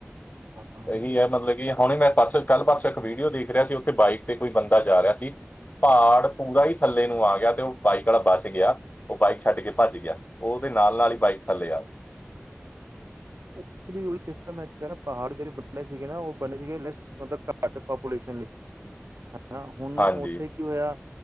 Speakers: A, on the right; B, on the left.
A: ਹਾਂ
B: ਇਹੀ ਹੈ ਮਤਲਬ ਕਿ ਹੁਣੇ ਮੈਂ ਪਰਸੋਂ ਕੱਲ੍ਹ ਪਰਸੋਂ ਇੱਕ ਵੀਡੀਓ, ਦੇਖ ਰਿਹਾ ਸੀ ਉੱਥੇ ਬਾਈਕ ਤੇ ਕੋਈ ਬੰਦਾ ਜਾ ਰਿਹਾ ਸੀ। ਪਹਾੜ ਪੂਰਾ ਹੀ ਥੱਲੇ ਨੂੰ ਆ ਗਿਆ ਤੇ ਉਹ ਬਾਈਕ ਵਾਲਾ ਬਚ ਗਿਆ ਉਹ ਬਾਈਕ ਛੱਡ ਕੇ ਭੱਜ ਗਿਆ ਉਹ ਉਹਦੇ ਨਾਲ ਨਾਲ ਹੀ ਬਾਈਕ ਥੱਲੇ ਆ
A: ਐਕਚੁਲੀ ਉਹੀ ਸਿਸਟਮ ਹੈਗਾ ਨਾ ਪਹਾੜ ਜਿਹੜੇ ਬਣੇ ਸੀਗੇ ਨਾ ਉਹ ਬਣੇ ਸੀਗੇ ਮਤਲਬ ਘੱਟ ਪਪੂਲੇਸ਼ਨ ਲਈ
B: <inaudible>
A: ਹਨਾ ਹੁਣ
B: ਹਾਂਜੀ
A: ਉੱਥੇ ਕੀ ਹੋਇਆ